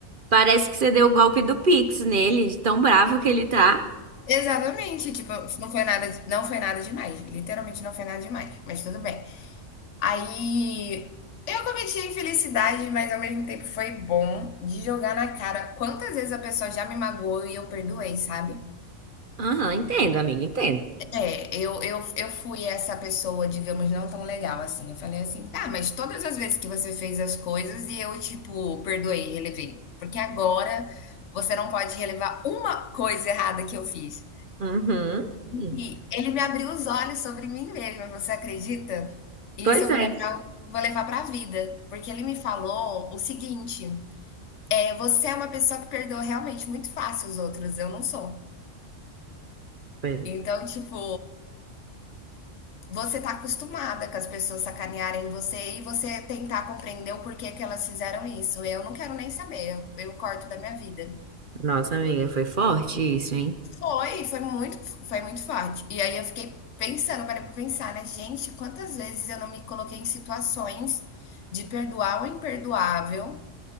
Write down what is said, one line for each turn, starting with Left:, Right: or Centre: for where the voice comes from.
Right: Parece que você deu o golpe do Pix nele, de tão bravo que ele tá.
Left: exatamente, tipo, não foi nada não foi nada demais, literalmente não foi nada demais, mas tudo bem. Aí eu cometi a infelicidade, mas ao mesmo tempo foi bom de jogar na cara quantas vezes a pessoa já me magoou e eu perdoei, sabe?
Right: Aham, entendo, amiga, entendo.
Left: É, eu, eu, eu fui essa pessoa, digamos, não tão legal assim. Eu falei assim, tá, mas todas as vezes que você fez as coisas e eu, tipo, perdoei, relevei. Porque agora você não pode relevar uma coisa errada que eu fiz.
Right: Uhum. Sim.
Left: E ele me abriu os olhos sobre mim mesma, você acredita? E
Right: Pois
Left: isso eu vou
Right: é.
Left: levar, vou levar para a vida. Porque ele me falou o seguinte: é, você é uma pessoa que perdoa realmente muito fácil os outros, eu não sou.
Right: Pois é.
Left: Então, tipo. Você tá acostumada com as pessoas sacanearem você e você tentar compreender o porquê que elas fizeram isso. Eu não quero nem saber, eu, eu corto da minha vida.
Right: Nossa, amiga, foi forte isso, hein?
Left: Foi, foi muito, foi muito forte. E aí eu fiquei pensando, parei pra pensar, né? Gente, quantas vezes eu não me coloquei em situações de perdoar o imperdoável,